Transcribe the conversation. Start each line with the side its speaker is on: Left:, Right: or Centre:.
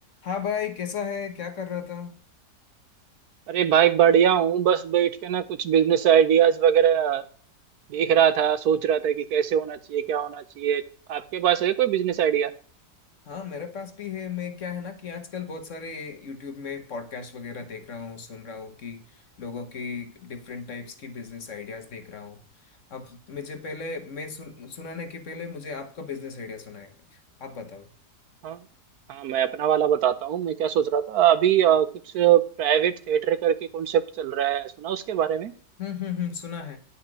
Left: हाँ भाई कैसा है क्या कर रहा था
Right: अरे भाई बढ़िया हूँ बस बैठ के ना कुछ बिजनेस आइडियाज वगैरह देख रहा था सोच रहा था कि कैसे होना चाहिए क्या होना चाहिए आपके पास है कोई बिजनेस आइडिया
Left: हाँ मेरे पास भी है मैं क्या है ना कि आजकल बहुत सारे यूट्यूब में पॉडकास्ट वगैरह देख रहा हूँ सुन रहा हूँ कि लोगों की डिफरेंट टाइप्स की बिजनेस आइडियाज देख रहा हूँ अब मुझे पहले मैं सुन सुनाने के पहले मुझे आपका बिजनेस आइडिया सुना है आप बताओ
Right: हाँ हाँ मैं अपना वाला बताता हूँ मैं क्या सोच रहा था अभी अ, कुछ प्राइवेट थिएटर करके कॉन्सेप्ट चल रहा है सुना उसके बारे में
Left: हम्म हम्म हम्म सुना है